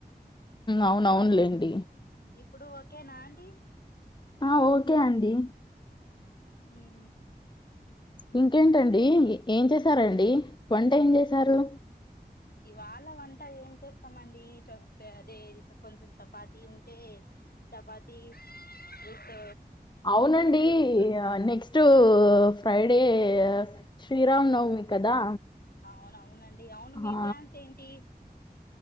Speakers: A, on the left; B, on the left.
A: అవున అవునులేండి
B: ఇప్పుడు ఒకనా అండి
A: ఆ ఓకే అండి
B: ఉమా
A: ఇంకేంటండి ఏం చేసారంండి వంట ఏం చేసారు
B: ఇవాళ వంట ఏం చేస్తామండి అదే కొంచెం చపాతి ఉంటే చపాతిీ విత్
A: అవునండి
B: గుత్
A: నెక్స్ట్ ఫ్రైడే శ్రీరామ్ నవమి కదా
B: అవును అవునండి అవును మీ
A: ఆ
B: ప్లాన్స్ ఏంటి